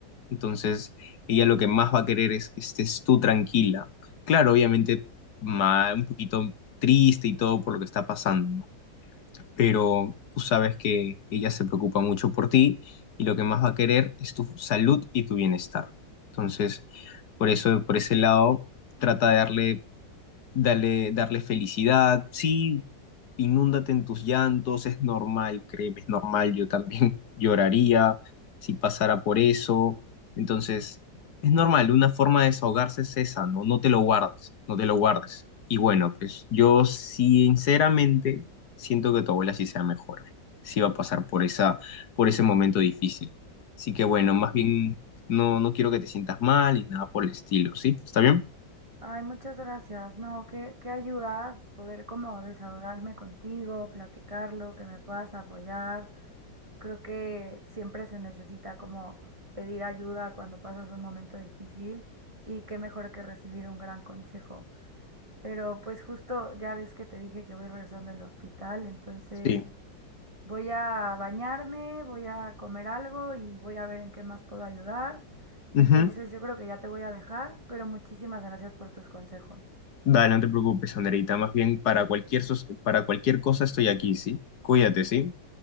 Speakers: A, on the left; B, on the right.
A: entonces, ella lo que más va a querer es que estés tú tranquila. Claro, obviamente, ma- un poquito triste y todo por lo que está pasando, ¿no? Pero tú sabes que ella se preocupa mucho por ti y lo que más va a querer es tu salud y tu bienestar. Entonces, por eso, por ese lado, trata de darle, darle, darle felicidad. Sí, inúndate en tus llantos, es normal, créeme, es normal, yo también <laughs> lloraría si pasara por eso. Entonces, es normal, una forma de desahogarse es esa, ¿no? No te lo guardes, no te lo guardes. Y bueno, pues yo sinceramente siento que tu abuela sí se va a mejorar, sí va a pasar por esa, por ese momento difícil. Así que bueno,
B: Sí.
A: más bien no, no quiero que te sientas mal y nada por el estilo, ¿sí? ¿Está bien?
B: Ay, muchas gracias. No, qué, qué ayudas poder como desahogarme contigo, platicarlo, que me puedas apoyar. Creo que siempre se necesita como pedir ayuda cuando pasas un momento difícil y qué mejor que recibir un gran consejo. Pero pues justo ya ves que te dije que voy regresando del hospital, entonces
A: Sí.
B: Voy a bañarme, voy a comer algo y voy a ver en qué más puedo ayudar.
A: Ujú.
B: Entonces yo creo que ya te voy a dejar, pero muchísimas gracias por tus consejos.
A: Dale, no te preocupes, Anderita. Más bien, para cualquier, sos- para cualquier cosa estoy aquí, ¿sí? Cuídate, ¿sí?